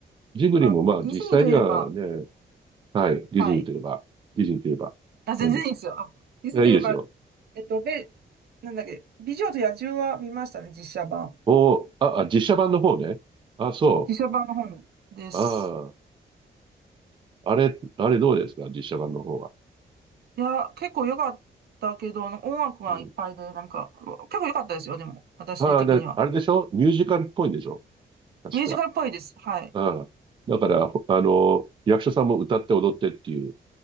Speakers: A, on the right; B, on the right.
A: ジブリもまあ実際にはね、
B: あ、ディズニーといえば、
A: はい。ディズニーといえば、
B: はい。
A: ディズニーといえば、
B: あ、全然いいですよ。
A: なんです。
B: あ、ディズニーといえば、
A: いや、いいですよ。
B: えっと、べ、なんだっけ、美女と野獣は見ましたね、実写版。
A: おー、あ、あ、実写版の方ね。あ、そ
B: 実写版の本です。
A: う。ああ、あれ、あれどうですか実写版の方は。
B: いや、結構良かったけど、なんか音楽がいっぱいで、
A: うん。
B: なんか、結構良かったですよ、でも、私的には。
A: ああ、で、あれでしょミュージカルっぽいんでしょ確か。
B: ミュージカルっぽいです。はい。
A: ああ。だから、ほあの、役者さんも歌って踊ってっていう